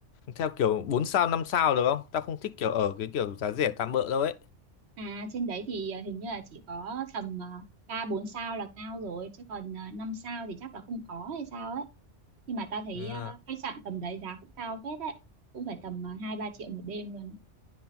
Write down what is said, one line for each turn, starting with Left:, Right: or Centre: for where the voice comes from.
Left: theo kiểu 4 sao 5 sao được không tao không thích kiểu ở cái kiểu giá rẻ tạm bợ đâu ấy
Right: À trên đấy thì ờ, hình như là chỉ có tầm ờ, ba bốn sao là cao rồi chứ còn ờ, năm sao thì chắc là không có hay sao ấy. Nhưng mà tao thấy
Left: À.
Right: ờ, khách sạn tầm đấy giá cũng cao phết đấy, cũng phải tầm ờ, hai ba triệu một đêm luôn. ấy.